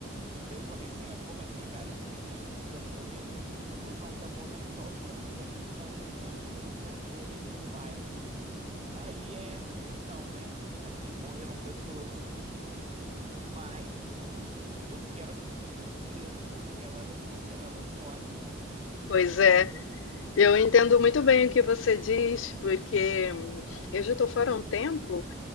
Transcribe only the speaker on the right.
Aí eu falei assim: Ó, como assim, Careca? Tem gente precisando morrer? Ele falou: Não, tá morrendo só os traficantes que estão lutando pelo controle aqui do bairro. Aí é essa questão, né? Assim, morreram pessoas do crime, mas eu quero essas pessoas presas, eu não quero, ela- eu não quero elas mortas,
<laughs> entendeu?